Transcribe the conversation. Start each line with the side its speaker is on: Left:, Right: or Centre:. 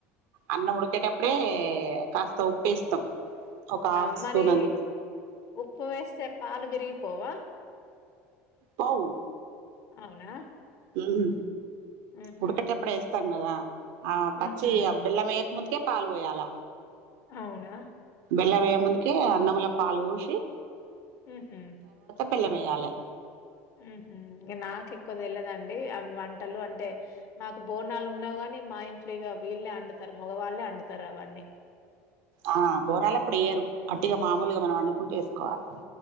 Right: అన్నం ఉడికేటప్పుడే కాస్త ఉప్పేస్తాం ఒక హాఫ్
Left: ఆ మరి
Right: స్పూన్ అంత
Left: ఉప్పు వేస్తే పాలు విరిగిపోవా
Right: పోవు
Left: అవునా
Right: ఉమ్
Left: ఉహు
Right: ఉడికెటప్పుడేస్తాం కదా ఆ పచ్చి
Left: ఉహు
Right: బెల్లంవెయక ముందుకే పాలు పోయాల
Left: అవునా
Right: బెల్లం వెయ్య ముందుకే అన్నములో పాలు పోసి
Left: ఉహు
Right: బెల్లంమేయాలే
Left: ఉహు నాకు ఎక్కువ తెలవదం డి అవి వంటలు అంటే మాకు బోనాలు ఉన్నవి కాని మా ఇంంట్లో ఇగ వీళ్లే అండుతరు మోగవాళ్ళే వండుతరు అవన్నీ
Right: ఆ బోనాలప్పుడు వేయరు అట్టిగా మామూలుగా మనం అనుకుంటే వేసుకోవాలి